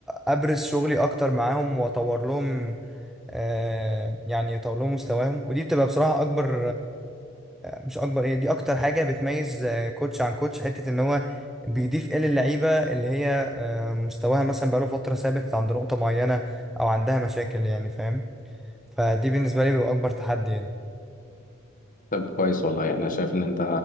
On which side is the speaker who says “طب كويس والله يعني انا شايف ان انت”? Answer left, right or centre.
Left